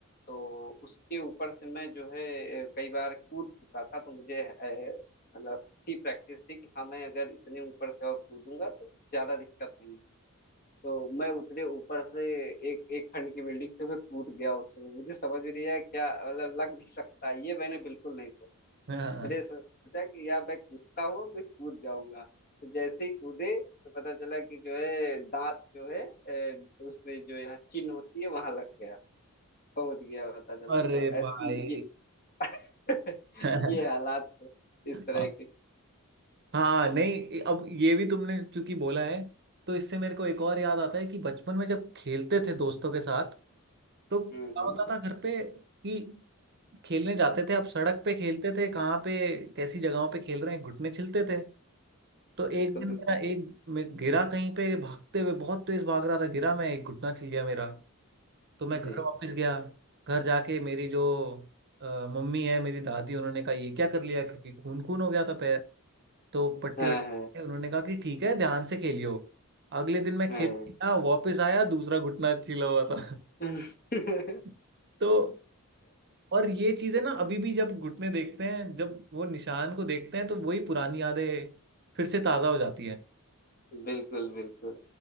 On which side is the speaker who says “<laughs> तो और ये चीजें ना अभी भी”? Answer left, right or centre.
Right